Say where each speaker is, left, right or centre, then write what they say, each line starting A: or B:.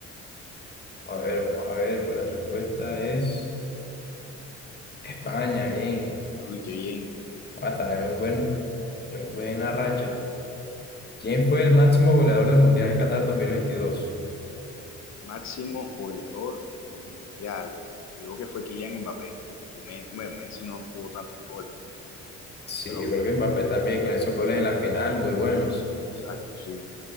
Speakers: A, on the left; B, on the left.
A: A ver, vamos a ver, pero la respuesta es... España, bien.
B: Uy, qué bien.
A: Hasta en un buen, en buena racha. ¿Quién fue el máximo goleador del Mundial Qatar 2022?
B: máximo goleador en el Mundial. Yo digo que fue Kylian Mbappé. Messi, bueno, Messi no tuvo tantos goles,
A: Sí,
B: pero
A: yo creo que Mbappé también
B: Juli,
A: con esos goles en la final, muy buenos.
B: es, exacto, sí.